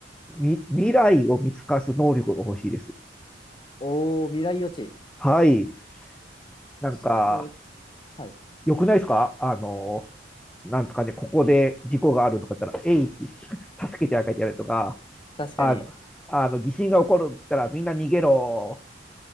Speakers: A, in the centre; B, on the left.
A: み、未来を見透かす能力が欲しいです。
B: おー、未来予知。
A: はい。なんか、
B: そ、えーはい。
A: 良くないですかあの、なんですかね、ここで事故があるとか言ったら、えいって助けてあげてやるとか、
B: 確かに。
A: あの、あの地震が起こるって言ったら、みんな逃げろ